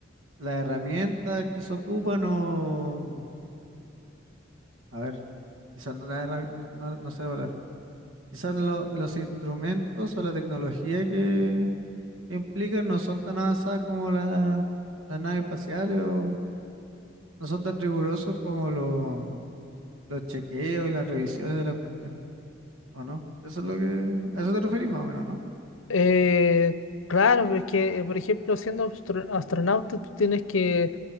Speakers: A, on the right; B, on the left.
A: la herramienta que se ocupa no... A ver, quizás no la herrami- no, no- no sé la palabra. Quizás lo- los instrumentos o la tecnología que, que implican no son tan avanzadas como la- las naves espaciales o no son tan rigurosos como los los chequeos y las revisiones de las cuestiones, ¿o no? Eso es lo que... A eso te referís más o menos, ¿no?
B: Eh, claro, es que, eh, por ejemplo, siendo astro- astronauta, tú tienes que